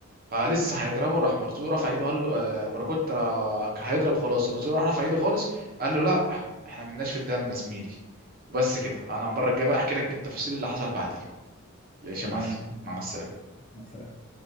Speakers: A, on the right (about 40°); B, on the left (about 25°).
A: فلسه هيضربه راح مرزوق رفع ايده قال له آه، باراكوتا را- كان هيضرب خلاص المرزوق راح رفع ايده خالص قال له لا احنا ملناش في الدم يا زميلي وبس كده انا المره الجايه بقى احكي لك بالتفاصيل اللي حصل بعديها يا شمال
B: تمام
A: مع السلامه
B: مع السلامة.